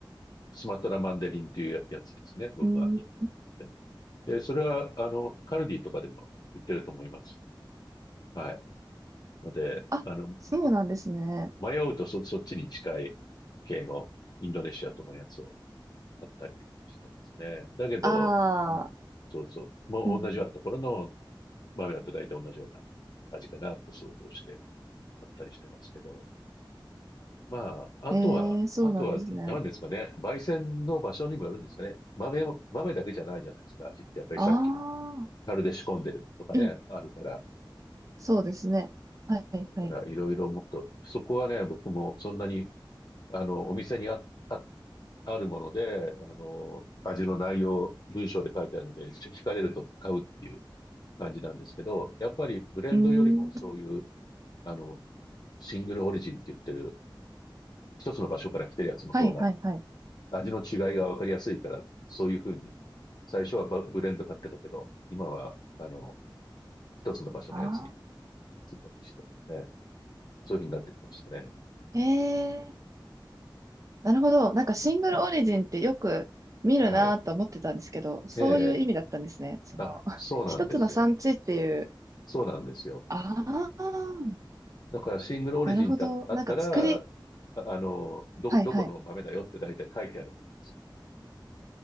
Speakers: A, on the left (about 50°); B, on the right (about 40°).
A: スマトラマンデリンっていうやつですね。僕が言っ
B: うーん。
A: てで、それは、あの、カルディとかでも売ってると思います。はい。ので、
B: あ、
A: あの、
B: そうなんですね。
A: 迷うとそ、そっちに近い系のインドネシアとかのやつを買ったりしてますね。だけど、
B: ああ。
A: うん、そうそう。もう同じようなところの
B: うん
A: 豆だと大体同じような味かなって想像して買ったりしてますけど。まあ、あとは、
B: うんえー、そうなんですね。
A: あとは、何ですかね。焙煎の場所にもよるんですかね。豆も、豆だけじゃないじゃないですか。味ってやっぱりさっきの
B: ああ。
A: 樽で仕込んでるとかね、
B: うん、
A: あるから。
B: そうですね。はい、はいはい。
A: だからいろいろもっと、そこはね、僕もそんなに、あの、お店にあ、あ、あるもので、あの、味の内容、文章で書いてあるので、ちょ惹かれると買うっていう感じなんですけど、やっぱりブレンドよりもそういう、
B: うーん。
A: あの、シングルオリジンって言ってる、一つの場所から来てるやつの方が、
B: はいはいはい。
A: 味の違いがわかりやすいから、そういうふうに、最初はバブレンド買ってたけど、今は、あの、一つの場所のやつに、
B: ああ。
A: するようにしてますね。そういうふうになってきましたね。
B: ええ
A: うん、
B: なるほど。なんかシングルオリジンってよく見るなと思ってたんですけど、
A: はい。
B: そういう意味だったんですね。
A: ええ、え
B: その、
A: あ、
B: <laughs>
A: そうなんですよ。
B: 一つの産地っていう。
A: そうなんですよ。
B: ああ、
A: だからシングルオリジンってああったら、
B: なるほど。なんか作り、
A: あ、あの、ど、
B: はいはい。
A: どこの豆だよって大体書いてあるんです。